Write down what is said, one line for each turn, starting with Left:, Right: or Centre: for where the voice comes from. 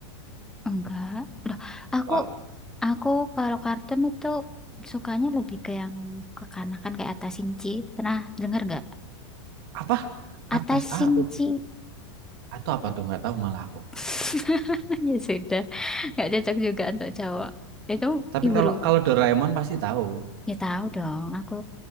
Centre: enggak. Loh, aku,
Right: Wal.
Centre: aku kalau kartun itu sukanya lebih ke yang kekanakan kayak Atas Shinchi. Pernah dengar nggak?
Right: apa
Centre: Atas
Right: atas
Centre: Shinchi.
Right: ah, apa- atau apa tuh nggak tahu malah aku
Centre: <laughs> Ya sudah, nggak cocok juga untuk cowok. Itu
Right: Tapi
Centre: ibu,
Right: kalau kalau Doraemon pasti tahu.
Centre: ya tahu dong. Aku